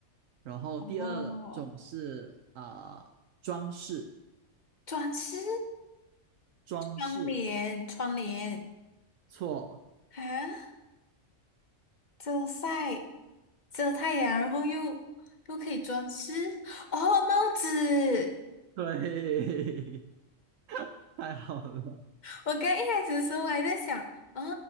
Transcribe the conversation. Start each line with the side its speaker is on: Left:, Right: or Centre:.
Right: 然后第二种是啊、
Left: 哦，
Right: 装饰，
Left: 装饰
Right: 装饰
Left: 窗帘窗帘
Right: 错，
Left: 啊，遮晒遮太阳，然后又又可以装饰哦，帽子。
Right: 对，<laughs> 太好了。
Left: 我刚一开始的时候我还在想啊，